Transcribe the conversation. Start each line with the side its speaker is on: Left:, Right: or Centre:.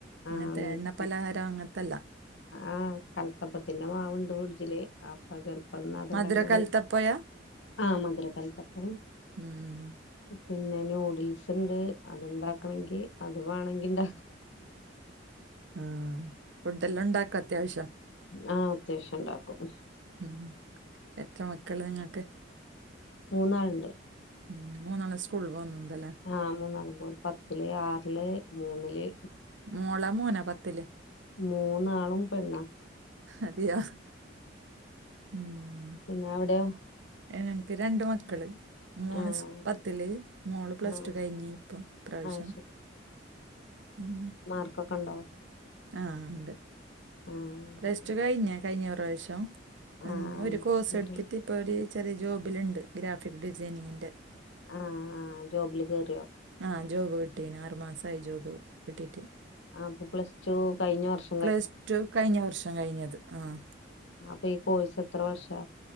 Right: ഇങ്ങത്തെ
Left: ആഹ് ദോശ
Right: എണ്ണ പലഹാരം അങ്ങത്തല്ല
Left: ആഹ് കലത്തപ്പത്തിന്നെ മാവുണ്ട് ഫ്രിഡ്ജില് അപ്പ ചെല പ്പന്നാ അത്ണ്ടാകാന്ന
Right: മധുര കലത്തപ്പയാ
Left: ഞ്ഞി ആഹ് മധുര കലത്തപ്പം
Right: ഉം
Left: പിന്നെ ന്യൂഡിൽസ്ണ്ട് അത്ണ്ടാക്കണങ്കി അത് വാണെങ്കിണ്ട
Right: അ ആഹ് ഫുഡല്ലണ്ടാക്കൊ അത്യാവശ്യം
Left: ആഹ് അത്യാവശ്യണ്ടാക്കും
Right: ഉം എത്ര മക്കള് നിങ്ങക്ക്
Left: മൂന്നാള്ണ്ട്
Right: ഉം മൂന്നെണ്ണം സ്കൂള് പോകുന്നുണ്ടല്ലേ
Left: ആഹ് മൂന്നാളും പോ പത്തില് ആറില് മൂന്നില്
Right: മോള മോന പത്തില്
Left: മൂന്നാളും പെണ്ണാ
Right: അതെയാ ഉം
Left: പിന്നെ അവിടെയോ
Right: എനക്ക് രണ്ട് മക്കള് മോൻസ്
Left: ആഹ്
Right: പത്തില് മോള് പ്ലസ്ടു
Left: ആഹ്
Right: കഴിഞ്ഞ് ഇപ്പൊ ഇപ്പ്രാവശ്യം
Left: ആഹ്
Right: ഉം
Left: മാർക്കൊക്കെണ്ടോ
Right: ആഹ് ണ്ട്
Left: ആഹ്
Right: പ്ലസ്ടു കഴിഞ്ഞ കഴിഞ്ഞ പ്രാവശ്യം അന്ന്
Left: ആഹ്
Right: ഒരു കോസ്
Left: എന്നിട്ട്
Right: എടുത്തിട്ട് ഇപ്പൊ ഒരു ചെറിയ ജോബിലുണ്ട് ഗ്രാഫിക് ഡിസൈനിങ്ങിന്റെ
Left: ആഹ് ആഹ് ജോബില് കേറിയോ
Right: ആഹ് ജോബ് കിട്ടീന് ആറു മാസായി ജോബ് കിട്ടീട്ട്
Left: ആഹ് പ്പൊ പ്ലസ്ടു കഴിഞ്ഞ വർഷ
Right: പ്ലസ്ടു കഴിഞ്ഞ വർഷം കഴിഞ്ഞത് ആഹ്
Left: അപ്പൊ ഈ കോഴ്സത്ര വർഷാ